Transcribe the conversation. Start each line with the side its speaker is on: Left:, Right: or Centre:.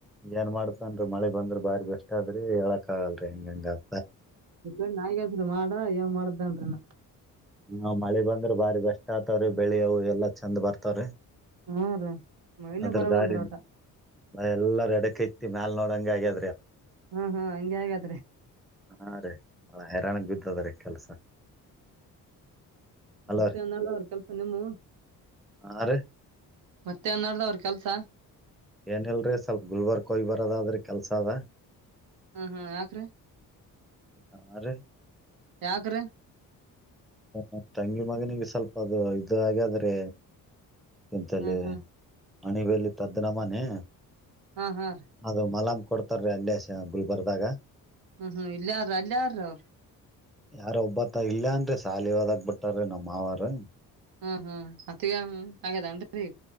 Centre: ಏನ್ ಮಾಡ್ತನ್ೀ ಮಳಿ ಬಂದ್ರ ಬಾರಿ ಬೆಸ್ಟ್ ಅದ್ರಿ ಹೇಳಕ್ ಆಗಲ್ರರಿ ಹಂಗ ಹಂಗ
Right: ಅ ನಯತ್ೀ ಮಾಡ ಏಂಗ ಮಾಡ್ದನ್ರೀ ನ
Centre: ಹ ಮಳಿ ಬಂದ್ರೆ ಬಾರಿ ಬೆಸ್ಟ್ ಆತವ್ರೀ ಬೆಳಿವು ಎಲ್ಲಾ ಚಂದ ಬರ್ತಾವ್ರೀ
Right: ಹ್ಮ್ ರೀ ಮೈನೆ
Centre: ಅದ್ರ
Right: ಬರವಲ್ದ್ರಿ
Centre: ದಾರಿನ
Right: ಒಟ
Centre: ಎಲ್ಲರ ಎಡಕ ಇತಿ ಮ್ಯಲ್ ನೋ ಹಂಗ ಆ್ಯೆ
Right: ಹ್ಮ್ ಹಾ ಹಗೆ ಹಗ
Centre: ಹಾ ರೇ ಬಹಳ ಹೈರಾಣಗ್ ಬಿದ್ದದ ರೀ ಕೆಲ್ಸ ಅಲೋ
Right: ಮತ್ತೆ
Centre: ರೀ
Right: ನಳ ಅವ್ರ ಕೆಲ್ಸ ನಿಮ್ಮು
Centre: ಹಾ ರೀ
Right: ಮತ್ತೆ ಅನ್ನಡ್ದ ಅವ್ರ ಕೆಲ್ಸ
Centre: ಏನಲ್ರೀ ಸ್ವಲ್ಪ್ ಗುಲ್ಬರ್ಕೋಯ್ ಬರೋದಾದ್ರೆ ಕೆಲ್ಸ ಅದ
Right: ಹ್ಮ ಹ್ಮ ಯಾಕ್ರೀ
Centre: ್ರ <inaudible>
Right: ಯಾಕ್ರ
Centre: ಅ ತಂಗಿ ಮಗನಿಗೆ ಸ್ವಲ್ಪ ಅದು ಇದು ಹಾಗಾದ್ರೆ ಎಂತಲ್ಲಿ
Right: ಹ್ಮ್ ಹ್ಮ್
Centre: ಅಣಬಲ್ಲಿ ತದನಮ್ಮನ
Right: ಹಾ ಹಾ ರೀ
Centre: ಅದು ಮಲಂ ಕೊಡ್ತಾರೀ ಅಲ್ಲೇ ಗುಲ್ಬರ್ದಾಗ
Right: ಹ್ಮ್ ಹ್ಮ್ ಇಲ್ಲಾರ್ರ ಅಲ್ಲಾರ್ರ ಅವ್ರ
Centre: ಯಾರ ಒಬ್ಬತ್ತ ಇಲ್ಲಯ ಅನ್ರಿ ಸಾಲಿ ಹದಾಗ ಬಿಿಟ್ಟಾರ ನಮ್ಮ್ ಮಾವಾರ
Right: ಹ್ಮ್ ಹ್ಮ್ ಮತ್ತಗ ಅಂಗದಟ ರೀ